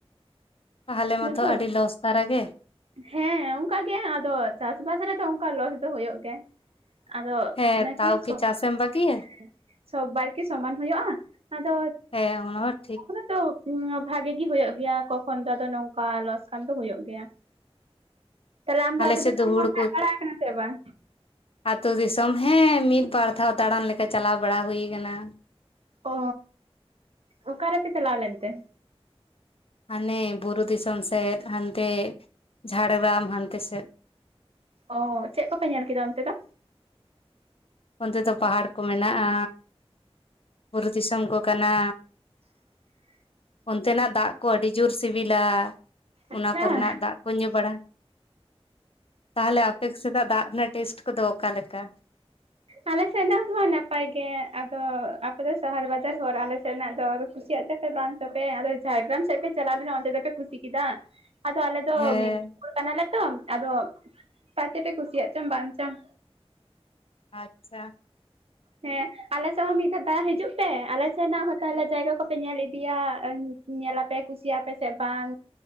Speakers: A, on the left; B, on the right.
A: ᱛᱟᱦᱚᱞᱮ ᱢᱟᱛᱚ
B: ᱵᱩᱡᱷᱟᱹᱣ
A: ᱟᱹᱰᱤ ᱞᱚᱥ ᱫᱷᱟᱨᱟ ᱜᱮ
B: ᱦᱮᱸ ᱚᱱᱠᱟ ᱜᱮ ᱟᱫᱚ ᱪᱟᱥᱵᱟᱥ ᱨᱮᱫᱚ ᱚᱱᱠᱟ ᱞᱚᱥ ᱫᱚ ᱦᱳᱭᱳᱜ ᱜᱮᱭᱟ ᱟᱫᱚ
A: ᱦᱮᱸ
B: ᱚᱱᱟ ᱠᱮ
A: ᱛᱟᱣ
B: ᱪᱚ
A: ᱠᱤ ᱪᱟᱥᱮᱢ ᱵᱟᱹᱜᱤᱭᱟ
B: <inaudible> ᱥᱚᱵ ᱵᱟᱨᱠᱤ ᱥᱚᱢᱟᱱ ᱦᱩᱭᱩᱜᱼᱟ ᱟᱫᱚ
A: ᱦᱮᱸ ᱚᱱᱟ ᱦᱚᱸ ᱴᱷᱤᱠ
B: ᱠᱷᱚᱱᱟᱜ ᱫᱚ ᱦᱮ ᱵᱷᱟᱜᱮ ᱜᱮ ᱦᱩᱭᱩᱜᱳ ᱜᱮᱭᱟ ᱠᱚᱠᱷᱚᱱ ᱫᱚ ᱟᱫᱚ ᱱᱚᱝᱠᱟ ᱞᱚᱥ ᱠᱟᱱ ᱫᱚ ᱦᱩᱭᱩᱜ ᱜᱮᱭᱟ᱾ ᱛᱟᱦᱞᱮ ᱟᱢ ᱫᱚ
A: ᱟᱞᱮ
B: ᱟᱛᱩ
A: ᱥᱮᱫ
B: ᱫᱤᱥᱚᱢ
A: ᱦᱩᱲᱩ
B: ᱠᱚ ᱦᱮᱡ ᱵᱟᱲᱟ ᱟᱠᱟᱱᱟ ᱥᱮ ᱵᱟᱝ?
A: ᱟᱹᱛᱩ ᱫᱤᱥᱚᱢ ᱦᱮᱸ ᱢᱤᱫ ᱵᱟᱨ ᱫᱷᱟᱣ ᱫᱟᱬᱟᱱ ᱞᱮᱠᱟ ᱪᱟᱞᱟᱣ ᱵᱟᱲᱟ ᱦᱩᱭ ᱟᱠᱟᱱᱟ᱾
B: ᱚ ᱚᱠᱟᱨᱮ ᱯᱮ ᱪᱟᱞᱟᱣ ᱞᱮᱱ ᱛᱮ?
A: ᱦᱟᱱᱮ ᱵᱩᱨᱩ ᱫᱤᱥᱚᱢ ᱥᱮᱫ ᱦᱟᱱᱛᱮ ᱡᱷᱟᱲᱜᱨᱟᱢ ᱦᱟᱱᱛᱮ ᱥᱮᱫ
B: ᱚᱻ ᱪᱮᱫ ᱠᱚᱯᱮ ᱧᱮᱞ ᱠᱮᱫᱟ ᱚᱱᱛᱮ ᱫᱚ
A: ᱚᱱᱛᱮ ᱫᱚ ᱯᱟᱦᱟᱲ ᱠᱚ ᱢᱮᱱᱟᱜᱼᱟ ᱵᱩᱨᱩ ᱫᱤᱥᱚᱢ ᱠᱚ ᱠᱟᱱᱟ
B: <unintelligible>
A: ᱚᱱᱛᱮᱱᱟᱜ ᱫᱟᱜ ᱠᱚ ᱟᱹᱰᱤ ᱡᱳᱨ ᱥᱤᱵᱤᱞᱟ
B: ᱟᱪᱪᱷᱟ
A: ᱚᱱᱟ ᱠᱚᱨᱮᱱᱟᱜ ᱫᱟᱜ ᱠᱚ ᱧᱩ ᱵᱟᱲᱟ ᱛᱟᱦᱚᱞᱮ ᱟᱯᱮ ᱥᱮᱫᱟᱜ ᱫᱟᱜ ᱨᱮᱱᱟᱜ ᱴᱮᱥᱴ ᱠᱚᱫᱚ ᱚᱠᱟ ᱮᱠᱟ
B: ᱟᱞᱮ ᱥᱮᱱᱟᱜ ᱦᱚᱸ ᱱᱟᱯᱟᱭ ᱜᱮ ᱟᱫᱚ ᱟᱯᱮ ᱫᱚ ᱥᱟᱦᱟᱨ ᱵᱟᱡᱟᱨ ᱦᱚᱲ ᱟᱞᱮ ᱥᱮ ᱱᱟᱜ ᱫᱚ ᱠᱩ ᱪᱮᱫ ᱛᱟᱯᱮ ᱵᱟᱝ ᱛᱟᱯᱮ ᱟᱫᱚ ᱡᱷᱟᱲᱜᱨᱟᱢ ᱥᱮᱫ ᱯᱮ ᱪᱟᱞᱟᱣ ᱞᱮᱱᱟ ᱚᱱᱛᱮ ᱫᱚᱯᱮ ᱠᱩᱥᱤ ᱠᱮᱫᱟ ᱟᱫᱚ ᱟᱞᱮ ᱫᱚ
A: ᱦᱮᱸ
B: ᱢᱤᱫᱽᱱᱤᱯᱩᱨ ᱠᱟᱱᱟᱞᱮ ᱛᱚ ᱟᱫᱚ ᱯᱟᱥᱮᱯᱮ ᱠᱩᱥᱤᱭᱟᱜ ᱪᱚᱝ ᱵᱟᱝ ᱢᱤᱫᱤᱛ <inaudible>
A: ᱟᱪᱪᱷᱟ
B: ᱦᱮᱸ ᱟᱞᱮ ᱥᱮᱫ ᱦᱚᱸ ᱢᱤᱫ ᱫᱷᱟᱣ ᱫᱟᱲᱟ ᱦᱤᱡᱩᱜ ᱯᱮ ᱟᱞᱮ ᱥᱮᱫᱱᱟᱜ ᱦᱚᱸ ᱛᱟᱦᱚᱞᱮ ᱡᱟᱭᱜᱟ ᱠᱚᱯᱮ ᱧᱮᱞ ᱤᱫᱤᱭᱟ ᱧᱮᱞᱟᱯᱮ ᱠᱩᱥᱤᱭᱟᱜ ᱟᱯᱮᱥᱮ ᱵᱟᱝ